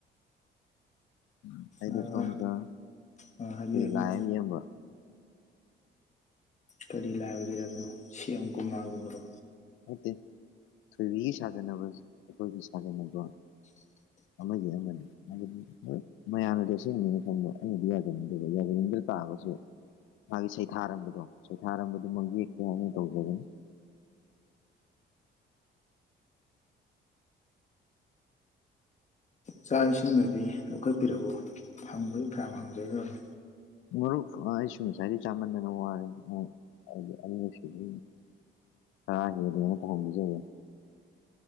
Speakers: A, on the left; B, on the left.
A: ꯎꯝ ꯑꯩꯗꯣ
B: ꯑꯥ
A: ꯁꯣꯝꯗ ꯑꯩꯈꯣꯏ
B: ꯑꯥ ꯍꯥꯏꯕꯤꯌꯨ ꯍꯥꯏꯕꯤꯌꯨ
A: ꯂꯥꯏ ꯑꯃ ꯌꯦꯛꯑꯝꯕ
B: ꯀꯔꯤ ꯂꯥꯏ ꯑꯣꯏꯕꯤꯔꯕꯅꯣ ꯁꯦꯝ ꯀꯣꯝꯂꯒꯨꯝꯕꯔꯣ
A: ꯅꯠꯇꯦ ꯊꯣꯏꯕꯤꯒꯤ ꯁꯥꯖꯟꯅꯕ ꯑꯩꯈꯣꯏꯒꯤ ꯁꯥꯖꯟꯅꯕ
B: <inaudible>
A: ꯑꯃꯒꯤ ꯑꯃꯅꯤ ꯍꯥꯏꯕꯗꯤ ꯍꯣꯏ ꯃꯌꯥꯝꯅꯗꯤ ꯑꯁꯦꯡꯕꯅꯦꯅ ꯈꯟꯕ ꯑꯩꯅꯗꯤ ꯌꯥꯖꯅꯤꯡꯗꯕ ꯌꯥꯖꯅꯤꯡꯗ ꯇꯥꯛꯑꯒꯁꯨ ꯃꯥꯒꯤ ꯁꯩꯊꯥꯔꯝꯕꯗꯣ ꯁꯩꯊꯥꯔꯝꯕꯗꯨ ꯃꯛ ꯌꯦꯛꯀꯦ ꯍꯥꯅ ꯇꯧꯖꯕꯅꯤ
B: ꯆꯥꯛ ꯏꯁꯤꯡꯒꯗꯤ ꯂꯧꯈꯠꯄꯤꯔꯕꯣ ꯍꯪꯕꯗꯤ ꯐꯩꯅꯥꯝ ꯍꯪꯖꯒ꯭ꯔꯃꯤ
A: ꯃꯔꯨꯞ ꯑ ꯑꯩꯁꯨ ꯉꯁꯥꯏꯗꯩ ꯆꯥꯃꯟꯗꯅ ꯋꯥꯔꯦ ꯑ ꯍꯥꯏꯗꯤ ꯑꯅꯤꯔꯛ ꯁꯨꯗꯣꯏꯅꯤ <unintelligible>